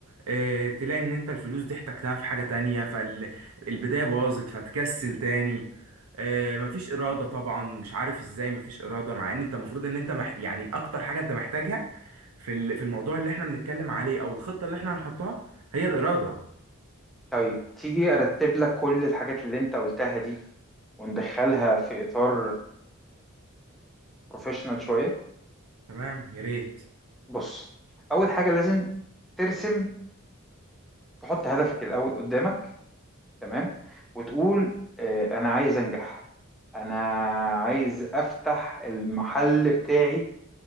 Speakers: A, on the right (about 75°); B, in the centre.
A: آه، تلاقي ان انت الفلوس دي احتجتها في حاجة تانية فالبداية باظت فتكسل تاني آه، مفيش إرادة طبعا مش عارف ازاي مفيش إرادة مع ان انت المفروض ان انت مح يعني اكتر حاجة انت محتاجها في ال- في الموضوع اللي احنا بنتكلم عليه او الخطة اللي احنا هنحطها هي الإرادة
B: طيب تيجي ارتب لك كل الحاجات اللي انت قلتها دي وندخلها في اطار بروفيشنال شويه
A: تمام يا ريت
B: بص اول حاجه لازم ترسم تحط هدفك الاول قدامك تمام وتقول آه، انا عايز انجح انا عايز افتح المحل بتاعي